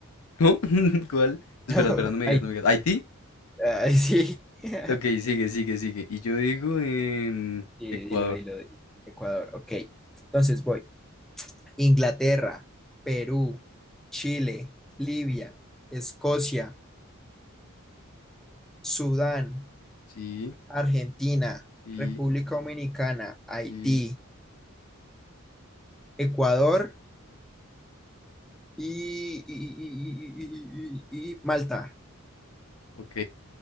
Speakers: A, on the left (about 80°); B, in the centre.
A: ¿No? <laughs> ¿Cuál? Espera,
B: <laughs>
A: espera, no me digas,
B: Ay,
A: no me digas. ¿Haití?
B: ay, sí. <laughs>
A: Ok, sigue, sigue, sigue. Y yo digo em,
B: y
A: Ecuador.
B: Dilo, dilo, dilo. Ecuador. Ok. Entonces voy. Inglaterra, Perú, Chile, Libia, Escocia, Sudán,
A: Sí,
B: Argentina,
A: sí,
B: República Dominicana, Haití,
A: sí.
B: Ecuador y, y- y- y- y- y Malta.
A: Ok.